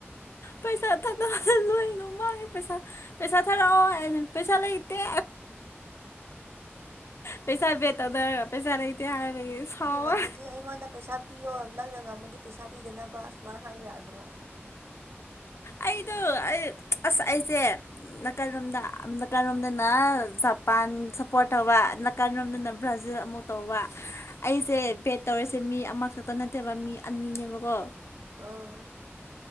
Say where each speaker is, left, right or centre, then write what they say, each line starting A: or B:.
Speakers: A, on the left; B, on the right.
A: ꯄꯩꯁꯥ ꯊꯥꯗ ꯂꯣꯏꯅꯃꯛ ꯃꯥꯡꯉꯦ ꯄꯩꯁꯥ ꯄꯦꯁꯥ ꯊꯥꯔꯑꯣ ꯍꯥꯏꯅꯦ ꯄꯩꯁꯥ ꯂꯩꯇꯦ
B: <inaudible>
A: ꯄꯩꯁꯥ ꯕꯦꯠ ꯇꯧꯅꯔꯒ ꯄꯩꯁꯥ ꯂꯩꯇꯦ ꯍꯥꯏꯕꯒꯤ ꯁꯥꯎꯋꯦ
B: ꯑꯩꯅ ꯉꯝꯃꯗꯤ ꯑꯩꯉꯣꯟꯗ ꯄꯩꯁꯥ ꯄꯤꯌꯣ ꯅꯪꯅ ꯉꯝꯃꯗꯤ ꯄꯩꯁꯥ ꯄꯤꯗꯅꯕ ꯑꯨꯃꯥꯏꯅ ꯍꯥꯏꯔꯛꯑꯗ꯭ꯔꯣ
A: ꯑꯩꯗꯣ ꯑꯩ ꯑꯁ ꯑꯩꯁꯦ ꯅꯥꯀꯜꯔꯣꯝꯗ ꯅꯥꯀꯜꯔꯣꯝꯗꯅ ꯖꯄꯥꯟ ꯁꯞꯄꯣꯔꯠ ꯇꯧꯕ ꯅꯥꯀꯜꯔꯣꯝꯗꯅ ꯕ꯭ꯔꯥꯖꯤꯜ ꯑꯃꯨꯠ ꯇꯧꯕ ꯑꯩꯁꯦ ꯕꯦꯠ ꯇꯧꯔꯤꯁꯦ ꯃꯤ ꯑꯃꯈꯛꯇ ꯅꯠꯇꯦꯕ ꯃꯤ ꯑꯅꯤꯅꯦꯕꯀꯣ
B: ꯑꯥ